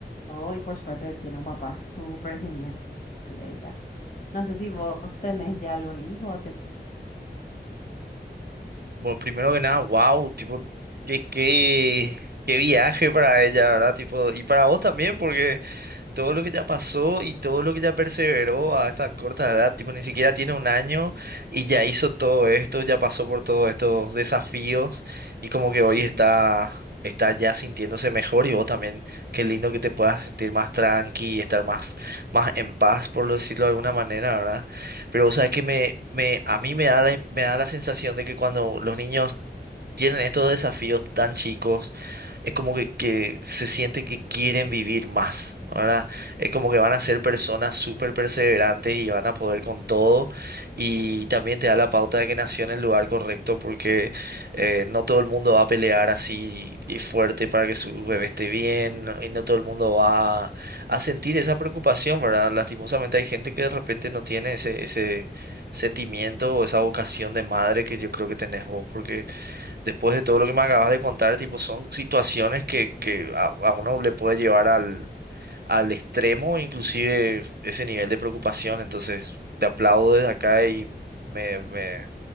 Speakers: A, on the left; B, on the right.
A: todo y por suerte tiene un papá súper genial ella. No sé si vos tenés ya algún hijo.
B: Bueno, primero que nada, wow, tipo, qué, qué, qué viaje para ella, ¿verdad? Tipo, y para vos también, porque todo lo que ya pasó y todo lo que ya perseveró a esta corta edad, tipo, ni siquiera tiene un año y ya hizo todo esto, ya pasó por todos estos desafíos y como que hoy
A: Sí,
B: está, está ya sintiéndose mejor y vos también, qué lindo que te puedas sentir más tranqui y estar más, más en paz, por lo decirlo de alguna manera, ¿verdad? Pero vos sabes que me, me, a mí me da la, me da la sensación de que cuando los niños tienen estos desafíos tan chicos, es como que, que se siente que quieren vivir más. Ahora es como que van a ser personas súper perseverantes y van a poder con todo. Y también te da la pauta de que nació en el lugar correcto porque eh, no todo el mundo va a pelear así y fuerte para que su bebé esté bien no- y no todo el mundo va a, a sentir esa preocupación, ¿verdad? Lastimosamente hay gente que de repente no tiene ese, ese sentimiento o esa vocación de madre que yo creo que tenés vos porque después de todo lo que me acabas de contar, tipo, son situaciones que, que a, a uno le puede llevar al, al extremo, inclusive ese nivel de preocupación. Entonces, te aplaudo desde acá y me, me,